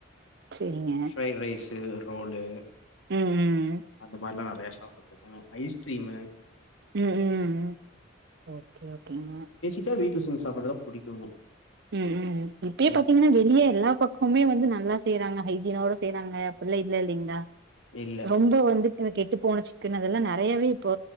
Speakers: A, on the right (about 55°); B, on the left (about 85°).
A: செரிங்க
B: ஃப்ரைட் ரைஸு ரோலு
A: ம் ம்
B: அந்த மாரிலா நெறைய சாப்புட்டுருக்கே ஐஸ்க்ரீமு
A: உ ம் ம் ஓகே ஓகேங்க
B: ச வீட்ல செஞ் சாப்பாடுதா புடிக்குங்க
A: ம் ம் இப்பயே
B: ம்.
A: பாத்தீங்கன்னா வெ ளிய எல்லா பக்கம்மே வந்து நல்லா செய்யறாங்க ஹைஜீனோட செய்யறாங்க அப்பல்லா இல்ல இல்லைங்ளா
B: இல்ல
A: ரொம்ப வந்து இந்த கெட்டு போன சிக்கன் அதெல்லா நெறையாவே இப்போ